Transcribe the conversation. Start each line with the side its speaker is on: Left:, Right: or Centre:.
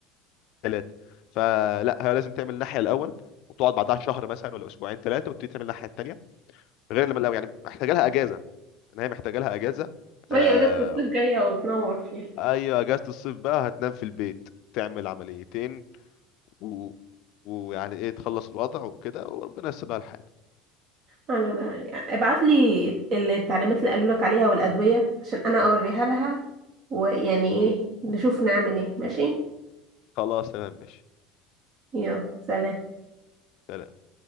Left: ثلاثه فلا هي لازم تعمل الناحيه الاول وتقعد بعدها شهر مثلا ولا اسبوعين ثلاثه وتبتدي تعمل الناحيه الثانيه غير لما لو يعني محتاجه لها اجازه ان هي محتاجه لها اجازه آه
Right: هي اجازه الصيف جايه وتنور فيها
Left: ايوه اجازه الصيف بقى هتنام في البيت تعمل عمليتين و... ويعني ايه تخلص الوضع وكده وربنا يسر لها الحال
Right: انا ما يعني ابعت لي التعليمات اللي قالوا لك عليها والادويه عشان انا اوريها لها ويعني ايه
Left: مم.
Right: نشوف نعمل ايه ماشي
Left: خلاص تمام ماشي
Right: يلا سلام
Left: سلام